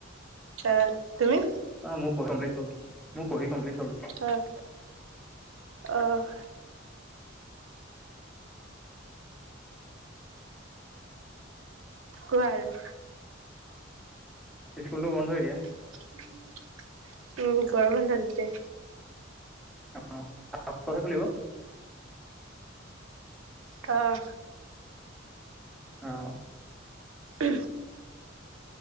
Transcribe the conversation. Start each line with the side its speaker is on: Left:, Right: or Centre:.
Right: আ তুমি
Centre: অ মোৰ পঢ়ি কমপ্লিট হল পঢ়ি কমপ্লিট হ'ল
Right: অহ অহ কোৱা আৰু
Centre: স্কুলটো বন্ধ এতিয়া
Right: <unintelligible> উম গৰম বন্ধ দিছে
Centre: অ অহা সপ্তাহতে খুলিব
Right: অ
Centre: অ
Right: উ